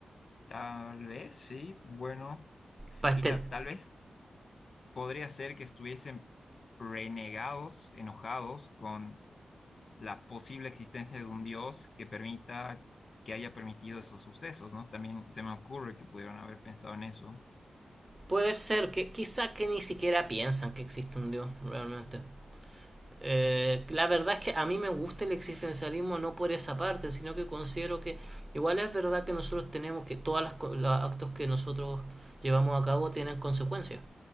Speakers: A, on the left; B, on the right.
A: tal vez, sí, bueno,
B: Para
A: y
B: este,
A: ta- tal vez podría ser que estuviesen renegados, enojados con la posible existencia de un Dios que permita, que haya permitido esos sucesos, ¿no? También se me ocurre que pudieron haber pensado en eso.
B: puede ser que quizá que ni siquiera piensan que existe un Dios, realmente. Eh, la verdad es que a mí me gusta el existencialismo no por esa parte, sino que considero que igual es verdad que nosotros tenemos que todos los actos que nosotros llevamos a cabo tienen consecuencias.